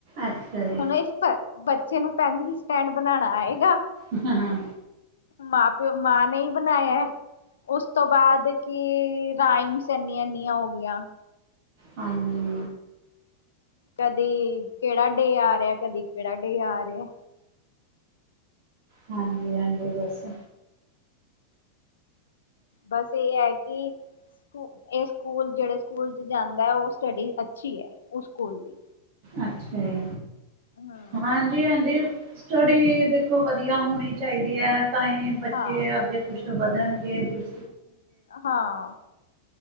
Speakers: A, on the right; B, on the left.
A: ਅੱਛਾ ਜੀ।
B: ਹੁਣ ਇਸ ਪ-ਬੱਚੇ ਨੂੰ ਪੈਨਸਿਲ ਸਟੈਂਡ ਬਣਾਣਾ ਆਏਗਾ?
A: ਹਹਾਂਹਾ
B: ਮਾਂ ਪਿਓ ਮਾਂ ਨੇ ਹੀ ਬਣਾਇਆ ਹੈ। ਉਸ ਤੋਂ ਬਾਅਦ ਕਿ ਰਾਈਮਸ ਇੰਨੀਆਂ-ਇਨੀਆਂ ਹੋ ਗਈਆਂ।
A: ਹਾਂਜੀ
B: ਕਦੀ ਕਿਹੜਾ ਡੇ ਆ ਰਿਹਾ ਹੈ, ਕਦੀ ਕਿਹੜਾ ਡੇ ਆ ਰਿਹਾ ਹੈ।
A: ਹਾਂਜੀ-ਹਾਂਜੀ ਬਸ।
B: ਬਸ, ਇਹ ਹੈ ਕਿ? ਇਹ ਸਕੂਲ, ਜਿਹੜੇ ਸਕੂਲ 'ਚ ਜਾਂਦਾ ਏ, ਉਹ ਸਟਡੀ ਅੱਛੀ ਐ, ਉਹ ਸਕੂਲ, ਦੀ
A: ਅੱਛਾ, ਜੀ
B: ਹਮ
A: ਹ ਹਾਂਜੀ, ਸਟੱਡੀ ਦੇਖੋ ਵਧੀਆ ਹੋਣੀ ਚਾਈਦੀ ਐ ਤਾਂ ਈ ਬੱਚੇ
B: ਹਾਂ
A: ਅੱਗੇ ਕੁੱਛ, ਵਧਣਗੇ ਕੁਛ
B: ਹਾਂ।